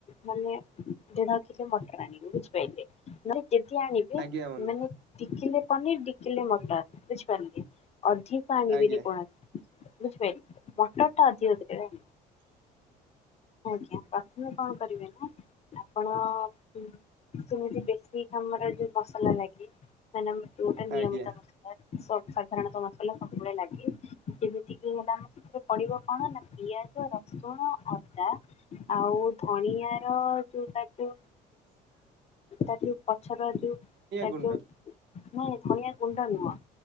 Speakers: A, on the left; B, on the right.
A: ମାନେ ଦେଢ଼କିଲୋ ମଟର ଆଣିବେ ବୁଝିପାରିଲେ ମାନେ ଯେତିକି ଆଣିବେ
B: ଆଜ୍ଞା ବନ୍ଧୁ
A: ମାନେ ଦି କିଲେ ପନିର ଦି କିଲେ ମଟର ବୁଝିପାରିଲେ ଅଧିକ ଆଣିବେନି
B: ଆଜ୍ଞା।
A: କୌଣସି ବୁଝିପାରିଲେ ମଟର ଅଧିକ ଦେବେ
B: ହ <unintelligible>
A: ଆଜ୍ଞା, ପ୍ରଥମେ କଣ କରିବେ ନା ଆପଣ ସେମିତି ବେଶିକ ଆମର ଯୋଉ ମସଲା ନାଇକି ମାନେ ଆମର ଯୋଉଟା ନିୟମିତ
B: ଆଜ୍ଞା
A: ମସ ସ ସାଧାରଣତଃ ମସଲା ସବୁବେଳେ ଲାଗେ ଯେମିତିକି ହେଲା ରେ ପଡ଼ିବ କଣ ନା ପିଆଜ, ରସୁଣ, ଅଦା ଆଉ ଧଣିଆ ର ଯୋଉ ତାକୁ
B: ହ <unintelligible>
A: ତା ଯୋଉ ପଛର ଯୋଉ ତାର
B: ଗୁଣ୍ଡ
A: ଯୋଉ ନାଇଁ ଧନିଆ ଗୁଣ୍ଡ ନୁହଁ।